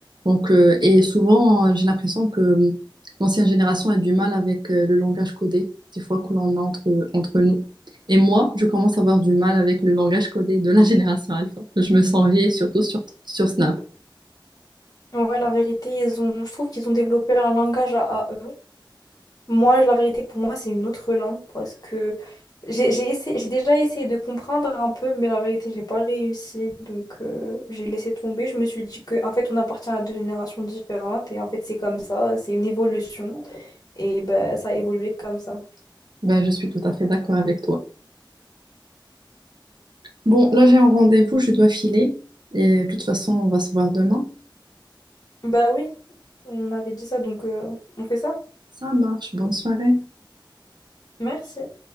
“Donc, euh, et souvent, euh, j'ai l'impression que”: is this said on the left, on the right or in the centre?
Right